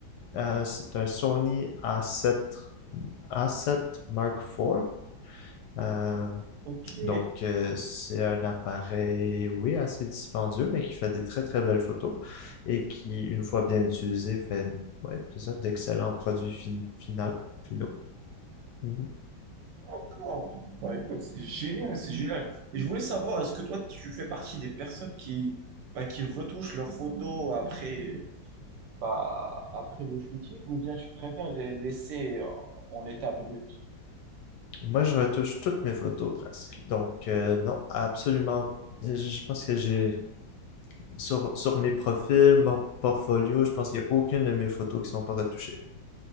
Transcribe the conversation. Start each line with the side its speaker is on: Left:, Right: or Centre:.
Left: Euh, c'est un Sony A7, A7 Mark IV. Euh,
Right: Ok,
Left: donc, euh, c'est un appareil, oui, assez dispendieux, mais qui fait des très très belles photos et qui, une fois bien utilisé, fait, ouais, c'est ça, d'excellents produits fin- final- finaux. Mhm.
Right: d'accord. Bah, écoute, c'est génial, c'est génial. Et je voulais savoir, est-ce que toi, tu fais partie des personnes qui, bah, qui retouchent leurs photos après, Bah, après le shooting, ou bien tu préfères les laisser en en état brut?
Left: Moi, je retouche toutes mes photos presque. Donc, euh, non, absolument. Je pense que j'ai, sur, sur mes profils, mon portfolio, je pense qu'il n'y a aucune de mes photos qui ne sont pas retouchées.